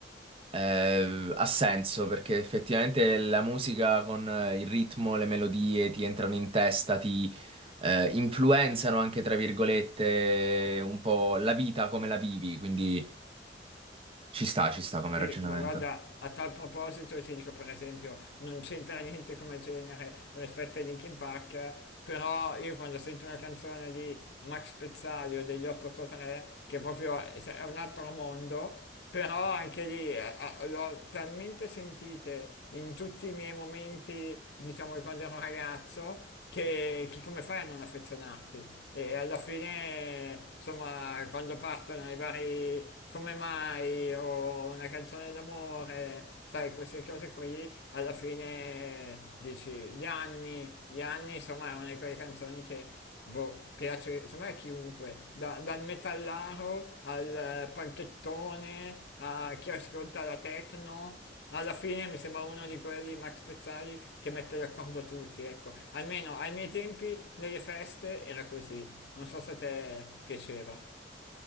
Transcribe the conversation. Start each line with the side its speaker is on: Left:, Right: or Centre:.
Right: Eh, ha senso perché effettivamente la musica con eh, il ritmo, le melodie ti entrano in testa, ti eh, influenzano anche, tra virgolette, un po' la vita come la vivi, quindi ci sta, ci sta come
Left: Sì,
Right: ragionamento.
Left: ma guarda, a tal proposito ti dico per esempio, non c'entra niente come genere rispetto a Linkin Park, però io quando sento una canzone di Max Pezzali o degli 883, che proprio è è un altro mondo, però anche lì eh, ah, le ho talmente sentite in tutti i miei momenti, diciamo, di quando ero ragazzo, che, che come fai a non affezionarti? E alla fine, insomma, quando partono i vari come mai o una canzone d'amore, sai, queste cose qui, alla fine dici gli anni, gli anni, insomma, è una di quelle canzoni che boh, piace, secondo me a chiunque, da- dal metallaro al eh, panchettone, a chi ascolta la techno, alla fine mi sembra uno di quelli Max Pezzali che mette d'accordo tutti, ecco. Almeno ai miei tempi, nelle feste, era così. Non so se a te piaceva.